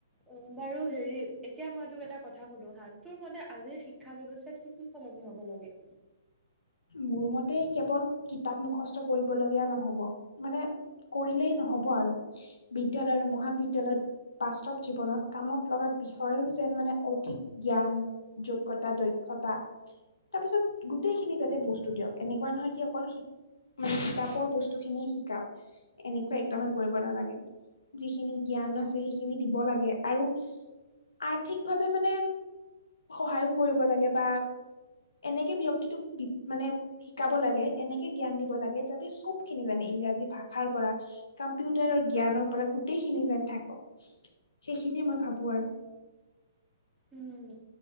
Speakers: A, in the centre; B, on the left.
A: উম, বাৰু হেৰি। এতিয়া মই তোক এটা কথা শুধো হা। তোৰ মতে আজিৰ শিক্ষা ব্যৱস্থাত কি কি সলনি হ'ব লাগে?
B: মোৰ মতে কেৱল কিতাপ মুখস্থ কৰিবলগীয়া নহ'ব মানে কৰিলেই নহ'ব আৰু বিদ্যয়ালয় আৰু মহাবিদ্যালয়ত বাস্তৱ জীৱনত কামত লগা বিষয়ৰ, যেন মানে অধিক জ্ঞান। যোগ্যতা দক্ষতা তাৰপিছত গোটেইখিনি যাতে বস্তু দিয়ক, এনেকুৱা নহয় কি অকল শি মানে কিতাপৰ বস্তুখিনিয়ে শিকাওক। এনেকুৱা একদমেই কৰিব নালাগে। যিখিনি জ্ঞান আছে সেইখিনি দিব লাগে আৰু আৰ্থিক ভাৱে মানে সহায়ো কৰিব লাগে বা এনেকে ব্যক্তিটোক মানে শিকাব লাগে, এনেকে জ্ঞান দিব লাগে, যাতে চবখিনি জানে ইংৰাজী ভাষাৰ পৰা কম্পিউটাৰৰ জ্ঞানৰ পৰা গোটেইখিনি যেন থাকক, সেইখিনিয়ে মই ভাবোঁ আৰু।
A: উম